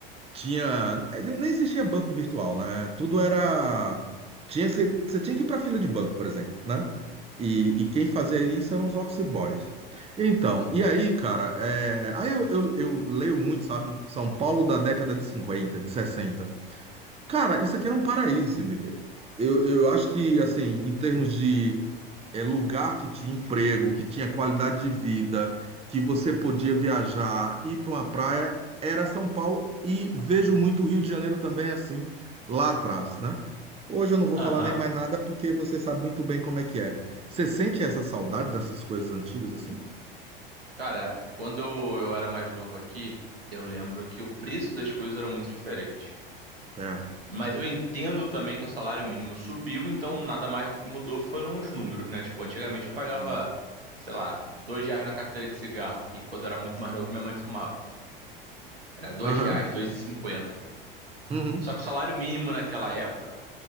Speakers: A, on the right; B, on the right.
A: tinha é, nem existia banco virtual, né? Tudo era tinha você você tinha que ir para fila de banco, por exemplo, né? E, e quem fazia isso eram os office boys. Então, e aí, cara, é, aí eu, eu, eu leio muito, sabe? São Paulo da década de 50 de sessenta Cara, isso aqui era um paraíso, se me ver. Eu, eu acho que, assim, em termos de é lugar que tinha emprego, que tinha qualidade de vida, que você podia viajar, ir para uma praia, era São Paulo. E vejo muito o Rio de Janeiro também assim, lá atrás, né? Hoje eu não vou
B: aham.
A: falar nem mais nada porque você sabe muito bem como é que é. Você sente essa saudade dessas coisas antigas assim?
B: Cara, quando eu era mais novo aqui, eu lembro que o preço das coisas era muito diferente.
A: É,
B: Mas eu entendo também que o salário mínimo subiu, então nada mais do que mudou foram os números, né? Tipo, antigamente eu pagava,
A: isso.
B: sei lá, dois reais na carteira de cigarro, que quando eu era muito mais novo minha mãe fumava. Era dois
A: Aham,
B: reais, dois e cinquenta
A: uhum,
B: Só que o salário mínimo naquela época,